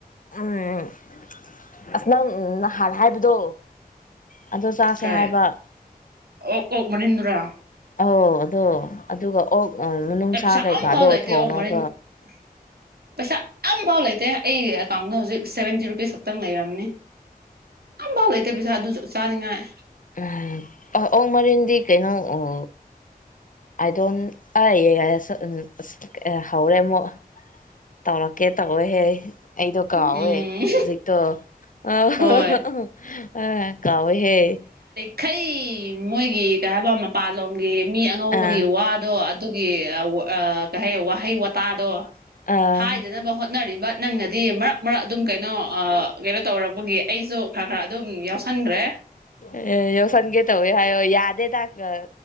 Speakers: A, on the left (about 55°); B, on the right (about 85°).
A: ꯎꯝ ꯑꯁ ꯅꯪ ꯅꯍꯥꯟ ꯍꯥꯏꯕꯗꯣ ꯑꯗꯣ ꯆꯥꯁꯦ
B: ꯀꯩ
A: ꯍꯥꯏꯕ
B: ꯑꯣꯛ ꯑꯣꯛ ꯃꯔꯤꯟꯗꯨꯔꯥ
A: ꯑꯧ ꯑꯗꯣ ꯑꯗꯨꯒ ꯑꯣꯛ ꯑꯣꯛ ꯑ ꯃꯅꯨꯡꯁꯥ
B: ꯑꯦ ꯄꯩꯁꯥ
A: ꯀꯩꯀꯥꯗꯣ
B: ꯑꯝꯐꯥꯎ
A: ꯊꯣꯡꯉꯛ
B: <inaudible> ꯄꯩꯁꯥ ꯑꯝꯐꯥꯎ ꯂꯩꯇꯦ ꯑꯩꯒꯤ ꯑꯦꯀꯥꯎꯟꯗ ꯍꯧꯖꯤꯛ ꯁꯚꯦꯟꯇꯤ ꯔꯨꯄꯤꯁ ꯈꯛꯇꯪ ꯂꯩꯔꯝꯅꯤ ꯑꯝꯐꯥꯎ ꯂꯩꯇꯦ ꯄꯩꯁꯥ ꯑꯗꯨꯁꯨ ꯆꯥꯅꯤꯡꯉꯥꯏ
A: ꯑꯥ ꯑꯣꯛ ꯃꯔꯤꯟꯗꯤ ꯀꯩꯅꯣ ꯑꯣ ꯑꯥꯏꯗꯣꯟ ꯑꯩ ꯍꯦꯁꯥ ꯑꯁ ꯍꯧꯔꯦ ꯑꯃꯨꯛ ꯇꯧꯔꯛꯀꯦ ꯇꯧꯋꯦꯍꯦ ꯑꯩꯗꯣ ꯀꯥꯎꯋꯦ
B: ꯎꯝ
A: ꯍꯧꯖꯤꯛꯇꯣ ꯑꯍꯥ
B: ꯍꯣꯏ
A: ꯍꯥ ꯍꯥ ꯑꯥ ꯀꯥꯎꯋꯦꯍꯦ
B: ꯈꯩ ꯃꯣꯏꯒꯤ ꯀꯩ ꯍꯥꯏꯕ ꯃꯄꯥꯟꯂꯣꯝꯒꯤ ꯃꯤ ꯑꯉꯧꯕꯒꯤ
A: ꯑꯥ
B: ꯋꯥꯗꯣ ꯑꯗꯨꯒꯤ ꯑꯥ ꯀꯩꯍꯩ ꯋꯥꯍꯩ ꯋꯥꯠ ꯄꯗꯣ
A: ꯑꯥ
B: ꯍꯥꯏꯗꯅꯕ ꯍꯣꯠꯅꯔꯤꯕ ꯅꯪꯅꯗꯤ ꯃꯔꯛ ꯃꯔꯛ ꯑꯗꯨꯝ ꯀꯩꯅꯣ ꯑꯥ ꯀꯩꯅꯣ ꯇꯧꯔꯛꯄꯒꯤ ꯑꯩꯁꯨ ꯈꯔ ꯈꯔ ꯑꯗꯨꯝ ꯌꯥꯎꯁꯟꯈ꯭ꯔꯦ
A: ꯑꯦ ꯌꯥꯎꯁꯟꯒꯦ ꯇꯧꯋꯦ ꯌꯥꯢꯌꯣ ꯌꯥꯗꯦꯗꯀꯥ